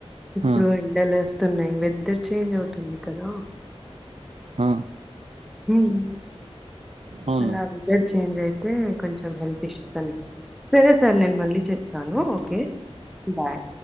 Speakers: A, in the centre; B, on the right (about 75°).
A: ఇప్పుడు
B: ఆ
A: ఎండలు వస్తున్నాయి వెదర్ చేంజ్ అవుతుంది కదా
B: హా
A: ఉమ్
B: అవును
A: అలా వెదర్ చేంజ్ అయి తే కొంచెం హెల్త్ ఇష్యూస్ అని సరే సార్ నేను మళ్ళీ చేస్తాను ఓకే బాయ్